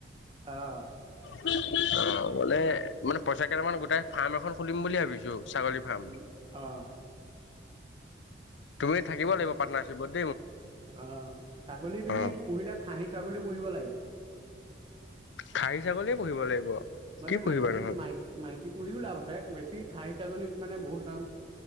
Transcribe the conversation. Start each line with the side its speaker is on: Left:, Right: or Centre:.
Right: আহ
Left: পিপ পিপ অ বলে মানে পইচা কেইটামান গোটেই ফাৰ্ম এখন খুলিম বুলি ভাবিছো। ছাগলী ফাৰ্ম
Right: উম অহ।
Left: তুমি থাকিব লাগিব পাৰ্টনাশ্বিপত।
Right: অ, ছাগলী তুমি
Left: অ',
Right: পুহিলে খাহী ছাগলী পুহিব লাগে।
Left: খাহী ছাগলীয়ে পুহিব লাগিব
Right: মানে
Left: কি পুহিবা
Right: মাইকী-
Left: নহ'লে
Right: মাই -মাইকী পুহিও লাভ আছে। বেছি খাহী ছাগলীত মানে বহুত দাম।